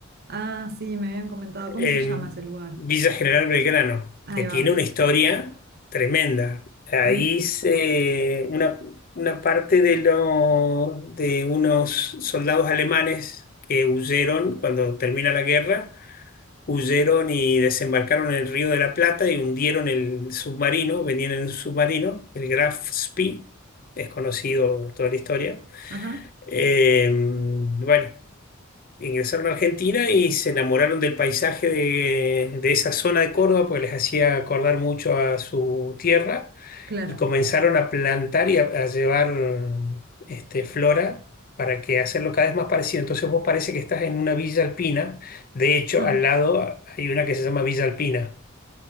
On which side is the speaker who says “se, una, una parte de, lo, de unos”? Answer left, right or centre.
Left